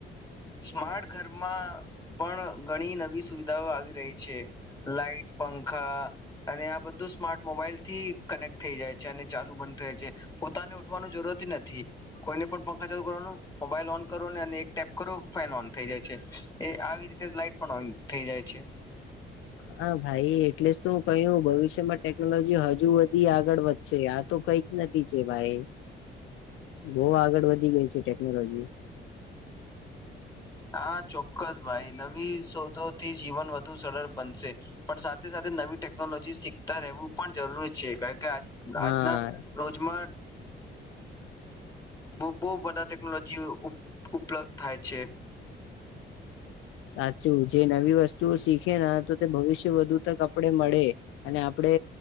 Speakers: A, on the left; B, on the left.
A: સ્માર્ટ ઘરમાં પણ ઘણી નવી સુવિધાઓ આવી રહી છે લાઈટ પંખા અને આ બધું સ્માર્ટ મોબાઈલ થી કનેક્ટ થઈ જાય છે અને ચાલુ બંધ થાય છે પોતાને ઉઠવાનું જરૂર નથી કોઈને પણ પંખા ચાલુ કરવાનો મોબાઈલ ઓન કરોને અને એક ટેપ કરો ફેન ઓન થઈ જાય છે એ આવી રીતે લાાઈટ પણ ઓન થઈ જાય છે.
B: હા ભાઈ એટલે જ તો કહું ભવિષ્યમાં ટેકનોલોજી હજુ બધી આગળ વધી આ તો કઈક નથી છે ભાઈ. બો આગળ વધી ગઈ છે ટેકનોલોજી.
A: હા ચોક્કસ ભાઈ નવી શોધોથી જીવન વધુ સરળ બનશે પણ સાથે સાથે નવી ટેકનોલોજી શીખતા રહેવું પણ જરૂરી છે કારણ કે
B: હા
A: આજના રોજમાં બહુ બધા ટેકનોલોજી ઉપલબ્ધ થાય છે.
B: સાચું જે નવી વસ્તુઓ શીખે તો તે ભવિષ્ય વધુ તક આપડે મળે અને આપણે